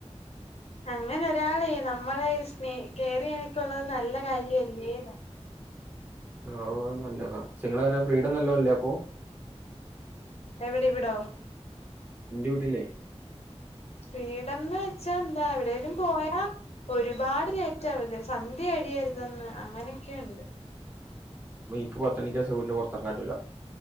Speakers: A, on the left (about 65°); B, on the right (about 15°).
A: അങ്ങനെ ഒരാളെ നമ്മളെ സ്നേ കേയറിയാനൊകെ ഉള്ളത് നല്ല കാര്യല്ലേന്ന്
B: ആഹ് നല്ലതാ നിങ്ങൾ പറഞ്ഞ ഫ്രീഡം നല്ലൊലിപ്പൊ
A: എവിടെ ഇവിടോ
B: ഇന്റെ വീട്ടിലെ
A: ഫ്രീഡംന്ന് വെച്ചാ എന്താ എവിടെലും പോയാ ഒരുപാട് ലേറ്റ ആവത് സന്ധ്യ അഴിയരുതെന്ന് അങ്ങനൊക്കെയുണ്ട്
B: എനിക് പത്തുമണിക്ക് ശേഷം വീടിന് പോറത്ത് എറങ്ങാൻ പറ്റുല